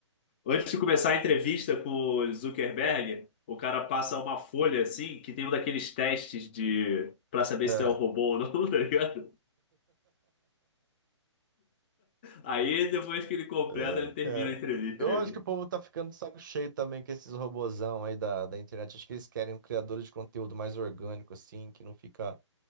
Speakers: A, on the left; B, on the right.
A: antes de começar a entrevista com o Zuckerberg, o cara passa uma folha assim, que tem um daqueles testes de, pra saber
B: É,
A: se tu é um robô ou não, <laughs> tá ligado? Aí depois que ele
B: <laughs>
A: completa,
B: é,
A: ele termina
B: cara.
A: a entrevista.
B: Eu
A: aí,
B: acho
A: mano.
B: que o povo tá ficando de saco cheio também com esses robozão aí da, da internet. Acho que eles querem um criador de conteúdo mais orgânico, assim, que não fica